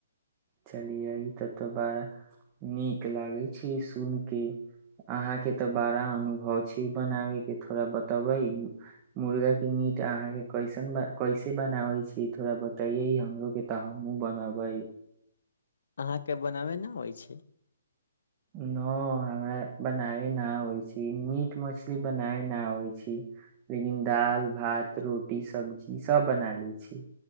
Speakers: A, on the right; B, on the left.
A: चलियै ई तऽ तऽ बड़ा नीक लागै छै सुनि कऽ अहाँके तऽ बड़ा अनुभव छै बनाबयके थोड़ा बतबै मुर्गाके मीट अहाँके कैसन कैसे बनाबै छी थोड़ा बतैयै हमरोके तऽ हमहूँ बनबै
B: अहाँके बनाबय नहि होइ छै
A: नहि हमरा बनाबे नहि अबै छै मीट मछली बनाबे नहि अबै छी लेकिन दालि भात रोटी सब्जी सभ बना लैत छी